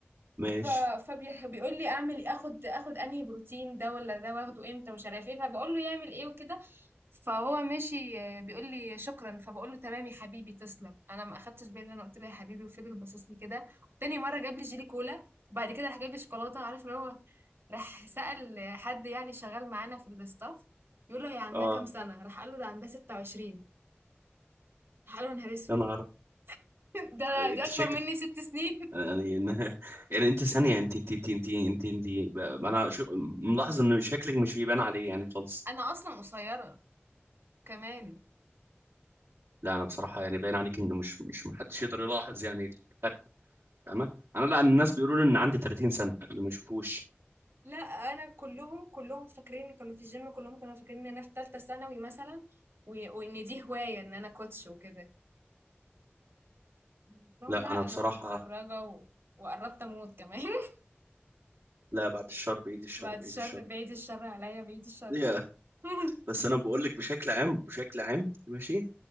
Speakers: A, on the right; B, on the right.
A: ماشي
B: ف فبيقول لي اعمل إيه؟ اخد اخد انهي بروتين ده ولا ده واخده امتى مش عارف ايه فبقول له يعمل ايه وكده فهو ماشي آه، بيقول لي شكرا فبقول له تمام يا حبيبي تسلم انا ما اخدتش بالي إن انا قلت له يا حبيبي وفضل باصص لي كده تاني مره جاب لي جيلي كولا وبعد كده راح جاب لي شوكولاته عارف اللي هو راح سأل حد يعني شغال معانا في الستاف بيقول له هي عندها
A: اه
B: كام سنه راح قال له ده عندها 26 راح قال له يا نهار اسود
A: يا نهار
B: <laughs> ده
A: أبيض. انت
B: دي اكبر
A: شكلك
B: مني ست سنين
A: يعني
B: <laughs>
A: إن- <laughs> يعني انت ثانيه انت انت انت انت انت, انت... ب- انا شو... ملاحظ ان شكلك مش بيبان عليه يعني خالص
B: انا اصلا قصيره كمان
A: لا انا بصراحه يعني باين عليك انه مش مش محدش يقدر يلاحظ يعني الفرق فاهمة انا لا الناس بيقولوا لي ان عندي 30 سنة اللي ما يشوفوش
B: لا انا كلهم كلهم فاكرين كانوا في الجيم كلهم كانوا فاكرين ان انا في ثالثه ثانوي مثلا و- وان دي هوايه ان انا كوتش وكده قلت لهم
A: لا
B: لا انا
A: انا بصراحة
B: متخرجه و... وقربت اموت كمان <laughs>
A: لا بعد الشر بايد الشر
B: بعد
A: بايد
B: شر
A: الشر
B: بعيد الشر عليا بعيد الشر
A: ليه
B: <laughs>
A: بس انا بقول لك بشكل عام بشكل عام ماشي